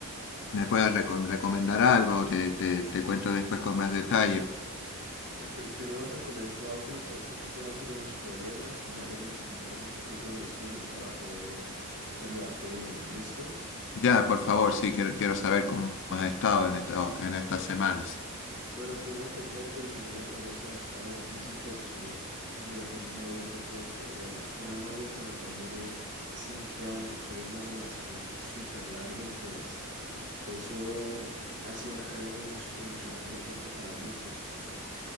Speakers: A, on the left; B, on the right.
A: ¿Me puedes recom- recomendar algo? Te, te- te cuento después con más detalle,
B: Eh, pri- primero te comento, voy a comentar un poquito más sobre mis problemas y ya luego me comentas un poco sobre los tuyos para poder ayudarte bien, ¿listo?
A: Ya, por favor, sí, quiero, quiero saber cómo has
B: <clears throat>
A: estado en esta- en estas semanas.
B: Bueno, primero que todo, pues mi vida amorosa ha estado difícil porque me dejó mi novia hace poco. Eh, fue una novia con la cual duré cinco años. Fue una relación súper larga y pues eso ha sido una carga muy emocio- emocional muy fuerte para mí porque